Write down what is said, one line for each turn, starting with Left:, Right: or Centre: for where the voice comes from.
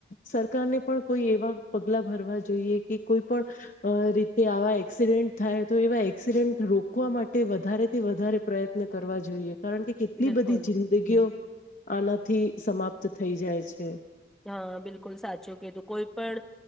Left: સરકારને પણ કોઈ એવા પગલા ભરવા જોઈએ કે કોઈ પણ રીતે આવા એક્સિડેન્ટ થાય તો. એવા એક્સિડેન્ટ રોકવા માટે વધારેથી વધારે પ્રયત્ન કરવા જોઈએ. કારણ કે કેટલી
Centre: બિલકુલ
Left: બધી જિંદગીઓ આનાથી સમાપ્ત થઈ જાય છે.
Centre: હા બિલકુલ સાચું કીધું. કોઈ પણ